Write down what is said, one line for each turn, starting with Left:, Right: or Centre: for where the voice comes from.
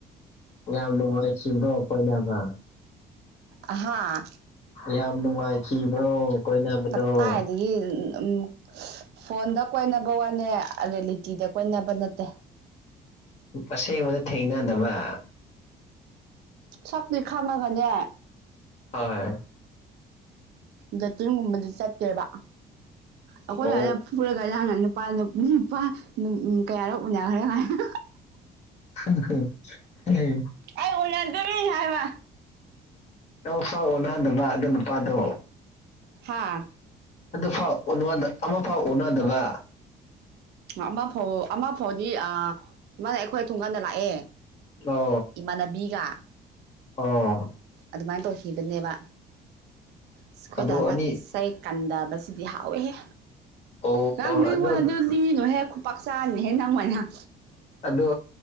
Left: ꯌꯥꯝ ꯅꯨꯡꯉꯥꯏꯈꯤꯕ꯭ꯔꯣ ꯀꯣꯏꯅꯕ
Right: ꯑꯍꯥꯥ
Left: ꯌꯥꯝ ꯅꯨꯡꯉꯥꯏꯈꯤꯕ꯭ꯔꯣ ꯀꯣꯏꯅꯕꯗꯣ
Right: ꯀꯠꯇꯥꯏ ꯒꯤ ꯎꯝ ꯐꯣꯟꯗ ꯀꯣꯏꯅꯕ ꯋꯥꯅꯦ ꯑꯔꯦꯂꯤꯇꯤꯗ ꯀꯣꯏꯅꯕ ꯅꯠꯇꯦ
Left: ꯑꯁꯦꯡꯕꯗ ꯊꯦꯡꯅꯗꯕ
Right: ꯁꯛꯇꯤ ꯈꯪꯉꯒꯅꯦ
Left: ꯍꯣꯏ
Right: ꯗꯦꯇꯤꯡꯒꯨꯝꯕꯗꯤ ꯆꯠꯇꯦꯕ ꯑꯈꯣꯏ
Left: ꯑꯣ
Right: ꯁ꯭ꯋꯥꯏꯗ ꯐꯨꯔꯒ ꯅꯪꯅ ꯅꯨꯄꯥ ꯎꯝ ꯅꯨꯄꯥ ꯅꯨꯝ ꯎꯝ ꯀꯌꯥꯔꯣ ꯎꯅꯈ꯭ꯔꯦ ꯀꯥꯏꯅ
Left: <unintelligible>
Right: ꯑꯩ ꯎꯅꯗ꯭ꯔꯤ ꯍꯥꯏꯕ
Left: <unintelligible> ꯐꯥꯎ ꯎꯅꯥꯗꯕ ꯑꯗꯨ ꯅꯨꯄꯥꯗꯣ
Right: ꯍꯥꯥ
Left: ꯑꯗꯨꯐꯥꯎ ꯑꯣꯟ ꯋꯥꯟꯗ ꯑꯃ ꯐꯥꯎ ꯎꯅꯗꯕ
Right: ꯑꯃ ꯐꯥꯎ ꯑꯃ ꯐꯥꯎꯗꯤ ꯑꯥ ꯃꯥꯅ ꯑꯩꯈꯣꯏ ꯊꯣꯡꯒꯥꯟꯗ ꯂꯥꯛꯑꯦ
Left: ꯀ꯭ꯂꯣ
Right: ꯏꯃꯥꯟꯅꯕꯤꯒꯥ
Left: ꯑꯣ
Right: ꯑꯗꯨꯃꯥꯏꯟ ꯇꯣꯈꯤꯕꯅꯦꯕ ꯏꯁ ꯈꯣꯏꯗꯥꯅ
Left: ꯑꯗꯣ ꯑꯅꯤ
Right: ꯆꯩ ꯀꯟꯗꯕꯁꯤꯗꯤ ꯍꯥꯎꯋꯦꯍꯦ
Left: ꯑꯣ
Right: <unintelligible>
Left: ꯑꯗꯣ
Right: ꯊꯤꯅꯣꯍꯦ ꯈꯨꯄꯥꯛ ꯆꯥꯔꯅꯤꯍꯦ ꯅꯪ ꯑꯣꯏꯅ
Left: ꯑꯗꯣ